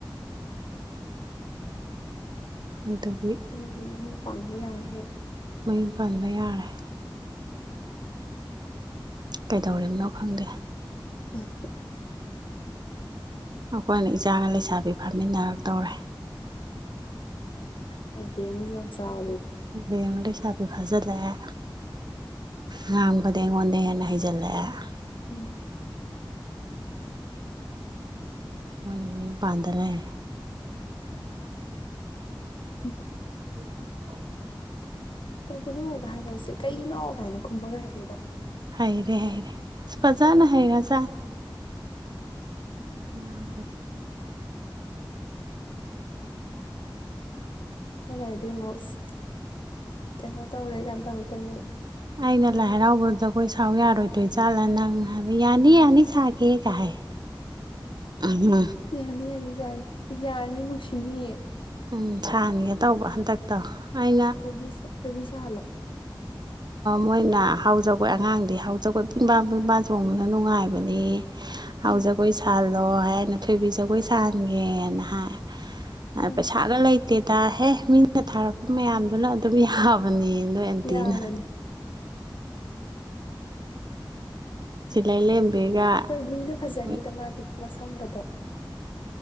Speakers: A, on the right; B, on the left.
A: ꯑꯗꯨꯒꯤ
B: ꯃꯣꯏꯗꯤ ꯃꯌꯨꯝ ꯄꯥꯟꯕ ꯌꯥꯔꯦꯍꯦ
A: ꯃꯌꯨꯝ ꯄꯥꯟꯕ ꯌꯥꯔꯦ ꯀꯩꯗꯧꯔꯤꯕꯅꯣ ꯈꯪꯗꯦ
B: <unintelligible>
A: ꯑꯩꯈꯣꯏꯅ ꯏꯆꯥꯒ ꯂꯩꯁꯥꯕꯤ ꯐꯥꯃꯤꯟꯅꯔꯛꯇꯧꯔꯦ
B: ꯍꯥꯏꯗꯤ ꯑꯃꯁꯨ ꯌꯥꯝ ꯆꯥꯎ
A: <unintelligible> ꯐꯥꯖꯤꯜꯂꯛꯑꯦ ꯉꯥꯡꯕꯗꯤ ꯑꯩꯉꯣꯟꯗ ꯍꯦꯟꯅ ꯍꯩꯖꯜꯂꯛꯑꯦ
B: ꯎꯝ
A: ꯃꯣꯏꯅ ꯃꯌꯨꯝ ꯄꯥꯟꯗ ꯂꯩꯔꯦ
B: <unintelligible>
A: <unintelligible>
B: ꯇꯧꯒꯅꯨꯒ ꯍꯥꯏꯕꯁꯦ ꯀꯩꯒꯤꯅꯣ ꯀꯥꯏꯅ ꯈꯨꯝꯕꯒ ꯍꯩꯔꯦꯕꯥ
A: ꯍꯩꯔꯦ ꯍꯩꯔꯦ ꯑꯁ ꯐꯖꯥꯅ ꯍꯩꯒꯔꯖꯥꯠ ꯉꯥꯡꯕꯗꯤ
B: ꯈꯔ ꯂꯩꯔꯗꯤ ꯑꯃꯨꯛ ꯑꯁ ꯀꯩꯅꯣ ꯇꯧꯔꯦ ꯀꯥꯏ ꯇꯧꯔꯛꯇꯣꯏꯅꯦꯕ
A: ꯑꯩꯅ ꯂꯥꯏ ꯍꯔꯥꯎꯕꯗ ꯖꯒꯣꯏ ꯁꯥꯎ ꯌꯥꯔꯣꯏꯗꯣꯏꯖꯥꯠꯂꯥ ꯅꯪ ꯍꯥꯏꯕ ꯌꯥꯅꯤ ꯌꯥꯅꯤ ꯁꯥꯒꯦ ꯀꯥꯏ ꯍꯥꯏ ꯎꯝ
B: ꯌꯥꯅꯤ ꯌꯥꯅꯤ ꯌꯥꯏꯌꯦ ꯌꯥꯔꯅꯤ ꯅꯨꯡꯁꯤꯅꯤꯌꯦ
A: ꯎꯝ ꯁꯥꯍꯟꯒꯦ ꯇꯧꯕ ꯍꯟꯗꯛꯇꯣ ꯑꯩꯅ
B: ꯊꯣꯏꯕꯤ ꯊꯣꯏꯕꯤ ꯁꯥ ꯍꯥꯜꯂꯣ
A: ꯃꯣꯏꯅ ꯍꯥꯎꯖꯈꯣꯏ ꯑꯉꯥꯡꯗꯤ ꯍꯥꯎꯖꯈꯣꯏ ꯄꯨꯡꯕꯥ ꯄꯨꯡꯕꯥ ꯆꯣꯡꯕꯅ ꯅꯨꯡꯉꯥꯏꯕꯅꯤ ꯍꯧꯥꯎꯖ
B: ꯑꯥ
A: ꯀꯣꯏ ꯆꯜ ꯑꯗꯣ ꯍꯥꯏꯅ ꯊꯣꯏꯕꯤ ꯖꯒꯣꯏ ꯁꯥꯍꯟꯒꯦꯅ ꯍꯥꯏ ꯑ
B: ꯑꯥ
A: ꯄ ꯁꯒꯂꯥꯏꯇꯦ ꯇꯍꯦ ꯃꯤꯅ ꯊꯥꯔꯛꯄ ꯃꯌꯥꯝꯗꯨꯅ ꯑꯗꯨꯝ ꯌꯥꯕꯅꯦ ꯇꯅ
B: ꯌꯥꯕꯅꯦ
A: ꯁꯤꯜꯂꯩ ꯂꯦꯝꯕꯤꯒ
B: ꯍꯣꯏ ꯃꯤꯅ ꯐꯖꯅꯤꯗ
A: ꯃꯣꯏ
B: ꯃꯥꯗꯤ ꯃꯁꯝꯒꯗꯣ